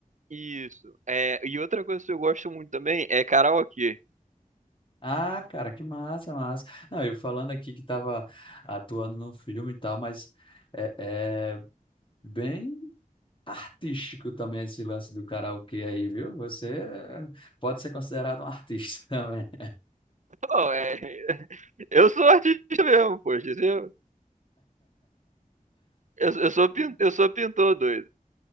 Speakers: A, on the right; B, on the left.
A: isso. É, e outra coisa que eu gosto muito também é karaokê.
B: Ah, cara, que massa, massa. Não, eu falando aqui que tava atuando num filme e tal, mas é, é bem artístico também esse lance do karaokê aí, viu? Você eh, pode ser considerado um artista <laughs> também.
A: Bom, é, <laughs> eu sou artista mesmo, poxa. Eu, eu, eu sou, pin- eu sou pintor doido.